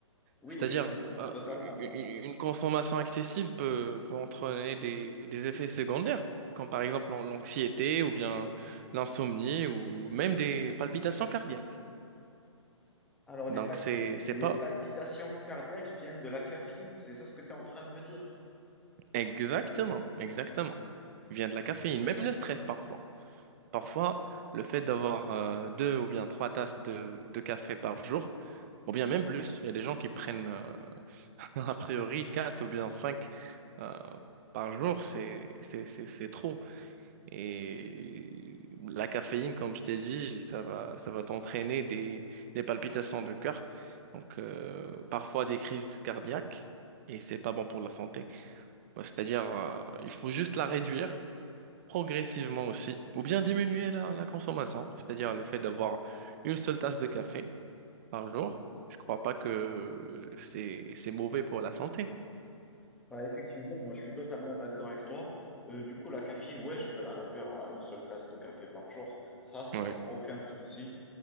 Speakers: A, in the centre; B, on the right (about 30°).
A: Oui,
B: C'est-à-dire,
A: je comprends
B: euh,
A: totalement.
B: u- une consommation excessive peut, peut entraîner des, des effets secondaires, comme par exemple l'an- l'anxiété ou bien l'insomnie ou même des palpitations cardiaques.
A: Alors, les
B: Donc,
A: palpi-
B: c'est, c'est
A: les
B: pas
A: palpitations cardiaques viennent de la caféine, c'est ça ce que tu es en train de me dire?
B: exactement, exactement. Il vient de la caféine, même le stress parfois. Parfois, le fait d'avoir euh, deux ou bien trois tasses de, de café par jour, ou bien même plus, il y a des gens qui prennent euh, <laughs> a priori quatre ou bien cinq euh, par jour, c'est c'est- c'est- c'est trop. Et la caféine, comme je t'ai dit, ça va, ça va t'entraîner des, des palpitations de cœur, donc euh, parfois des crises cardiaques, et c'est pas bon pour la santé. Bah, c'est-à-dire, euh, il faut juste la réduire progressivement aussi, ou bien diminuer la, la consommation, c'est-à-dire le fait d'avoir une seule tasse de café par jour. Je crois pas que c'est c'est mauvais pour la santé.
A: Bah, effectivement, moi je suis totalement d'accord avec toi. Euh, du coup, la caféine, ouais, je peux la réduire à une seule tasse de café par jour, ça sans
B: Oui,
A: aucun souci.